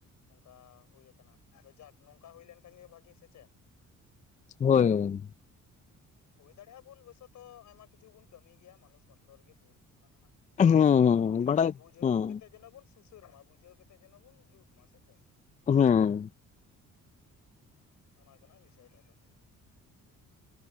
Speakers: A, on the left; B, on the left.
A: ᱚᱝᱠᱟ ᱦᱩᱭ ᱟᱠᱟᱱᱟ ᱟᱫᱚ ᱡᱟᱠ ᱱᱚᱝᱠᱟ ᱦᱩᱭ ᱞᱮᱱᱠᱷᱟᱱ ᱜᱮ ᱵᱷᱟᱜᱤ ᱥᱮ ᱪᱮᱫ?
B: ᱦᱳᱭ
A: ᱦᱩᱭ ᱫᱟᱲᱮᱭᱟᱜ-ᱟ ᱵᱷᱩᱞ ᱵᱚᱥᱚᱛᱚ ᱟᱭᱢᱟ ᱠᱤᱪᱷᱩ ᱵᱚᱱ ᱠᱟᱹᱢᱤ ᱜᱮᱭᱟ ᱢᱟᱱᱩᱥ ᱢᱟᱛᱨᱚ ᱨᱤᱜᱤ ᱵᱷᱩᱞ ᱦᱩᱭᱩᱜ-ᱟ ᱱᱟᱦᱟᱜ,
B: ᱦᱩᱸ
A: ᱟᱫᱚ
B: ᱵᱟᱰᱟᱭ
A: ᱵᱩᱡᱷᱟᱹᱣ
B: ᱦᱩᱸ
A: ᱠᱟᱛᱮ ᱡᱮᱱᱚ ᱵᱚᱱ ᱥᱩᱥᱟᱹᱨ ᱢᱟ ᱵᱩᱡᱷᱟᱹᱣ ᱠᱟᱛᱮ ᱡᱮᱱᱚ ᱵᱩᱱ ᱡᱩᱛ ᱢᱟ ᱥᱮ ᱪᱮᱫ?
B: ᱦᱮᱸ
A: ᱚᱱᱟ ᱦᱩᱭᱩᱜ ᱠᱟᱱᱟ ᱵᱤᱥᱚᱭ ᱴᱟᱫᱚ᱾